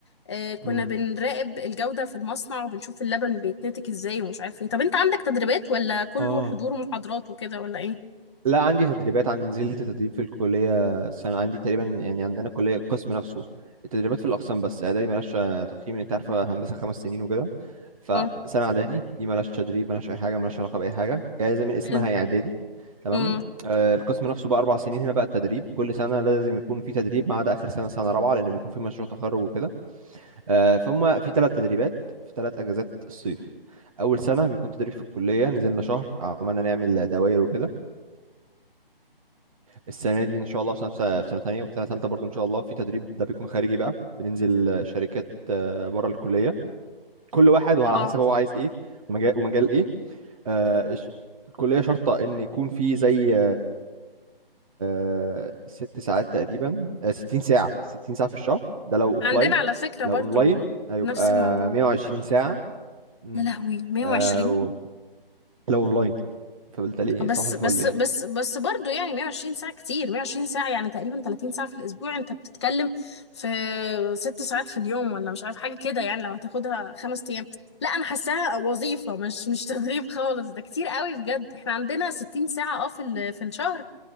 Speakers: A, on the left; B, on the right.
A: اه كنا
B: امم
A: بنراقب الجودة في المصنع وبنشوف اللبن بيتنتج ازاي ومش عارف ايه طب انت عندك تدريبات ولا كله
B: اه
A: حضور ومحاضرات وكده ولا ايه
B: لا عندي تدريبات عن نزلت تدريب في الكلية سنة عندي تقريبا يعني عندنا كلية القسم نفسه التدريبات في الأقسام بس إعدادي ملهاش آه، تقييم أنت عارف هندسة خمس سنين وكده فسنة
A: امم
B: إعدادي دي ملهاش تدريب ملهاش أي حاجة ملهاش علاقة بأي حاجة يعني زي من اسمها
A: حلو
B: هي إعدادي تمام
A: امم
B: آه، القسم نفسه بقى أربع سنين هنا بقى التدريب كل سنة لازم يكون في تدريب ما عدا آخر سنة سنة رابعة لأن بيكون في مشروع تخرج وكده آه، فهم في ثلاث تدريبات في ثلاث أجازات الصيف أول سنة بيكون تدريب في الكلية نزلنا شهر عملنا نعمل دواير وكده السنه دي ان شاء الله عشان في سنه في سنة تانية والسنه الثالثه برضو ان شاء الله في تدريب ده بيكون خارجي بقى بننزل آه، شركات آه، بره الكليه كل واحد وعلى
A: اه
B: حسب هو عايز ايه ومجال ومجال ايه آه، الش- الكليه شرطه ان يكون في زي آه، ست ساعات تقريبا آه، 60 ساعه 60 ساعه في الشهر ده لو اوفلاين
A: عندنا على فكرة
B: لو
A: برضو
B: اونلاين هيبقى
A: نفس الموضوع
B: 120 ساعه مم.
A: يا لهوي 120
B: آه، و- لو اونلاين فبالتالي
A: بس
B: صباح الفل
A: بس
B: يعني
A: بس بس برضه يعني 120 ساعة كتير 120 ساعة يعني تقريبا 30 ساعة في الأسبوع أنت بتتكلم في ست ساعات في اليوم ولا مش عارف حاجة كده يعني لو هتاخدها خمس أيام لا أنا حاساها وظيفة مش مش تدريب خالص ده كتير قوي بجد احنا عندنا 60 ساعة اه في ال- في الشهر